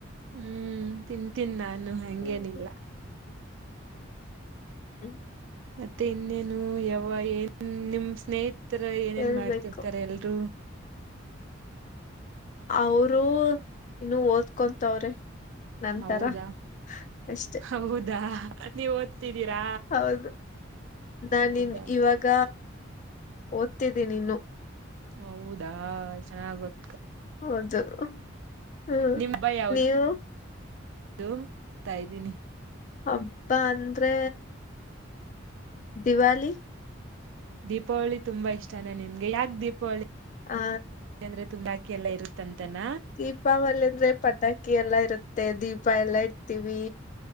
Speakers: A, on the right; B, on the left.
A: ಹ್ಮ್ ತಿಂತೀನ್ ನಾನು. ಇನ್ನು ಹಂಗೇನಿಲ್ಲ.
B: ಹ್ಮ್ ಹ್ಮ.
A: ಮತ್ತೆ ಇನ್ನೇನು ಯಾವ್ವ ಏನ್ ನಿಮ್ ಸ್ನೇಹಿತ್ತ್. ಸ್ನೇಹಿತರು ಏನೇನ್
B: ಹೇಳ್ಬೇಕು
A: ಮಾಡ್ತಿರ್ತಾರೆ ಎಲ್ರು.
B: ಅವರೂ ಇನ್ನು ಓದ್ಕೊಂತವ್ರೆ. ನಂತರ
A: ಹೌದಾ
B: ಅಷ್ಟೆ
A: ಹೌದಾ. ನೀವ್ ಓದ್ತಿದ್ದೀರಾ
B: ಹೌದು ನಾನಿನ್
A: ಹೌದಾ
B: ಇವಾಗ. ಓದುತಿದೀನಿ ಇನ್ನು.
A: ಹೌದಾ ಚೆನ್ನಾಗೊತ್ತ್.
B: ಹೌದು. ಹ್ಮ್
A: ನಿಮ್ಹಬ್ಬ ಯಾವುದು.
B: ನೀವು
A: ಅದು ತ ಇದ್ದೀನಿ.
B: ಹಬ್ಬ ಅಂದ್ರೆ ದಿವಾಲಿ.
A: ದೀಪಾವಳಿ ತುಂಬಾ ಇಷ್ಟಾನ ನಿಮ್ಗೆ ಯಾಕ ದೀಪಾವಳಿ.
B: ಆ
A: ಯಾಕಂದ್ರೆ ತುಂಡಾಗಿ. ಎಲ್ಲ ಇರುತ್ತಂತನ.
B: ದೀಪಾವಳಿ ಅಂದ್ರೆ ಪಟಾಕಿ ಎಲ್ಲಾ ಇರುತ್ತೆ ದೀಪ ಎಲ್ಲಾ ಇಡ್ತೀವಿ.